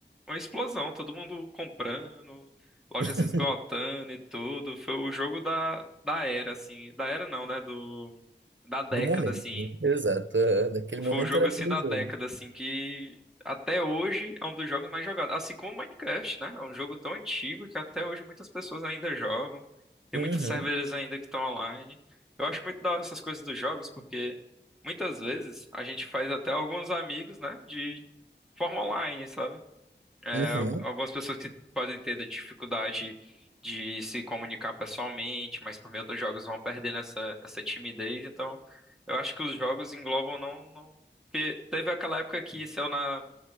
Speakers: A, in the centre; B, on the right.
A: uma explosão, todo mundo comprando, lojas
B: <laughs>
A: esgotando e tudo. Foi o jogo da, da era, assim. Da era não, né? Do, da década,
B: do momento,
A: assim.
B: né? Exato, é, naquele momento
A: Foi o jogo
B: era
A: assim
B: aquele
A: da
B: jogo.
A: década, assim, que até hoje é um dos jogos mais jogados. Assim como o Minecraft, né? É um jogo tão antigo que até hoje muitas pessoas ainda jogam. Tem
B: Uhum,
A: muitos servidores ainda que estão online. Eu acho muito da hora essas coisas dos jogos, porque muitas vezes a gente faz até alguns amigos, né? De forma online, sabe? É,
B: uhum.
A: al- algumas pessoas que podem ter da dificuldade de se comunicar pessoalmente, mas por meio dos jogos vão perdendo essa, essa timidez. Então, eu acho que os jogos englobam não, não... Porque teve aquela época que saiu na,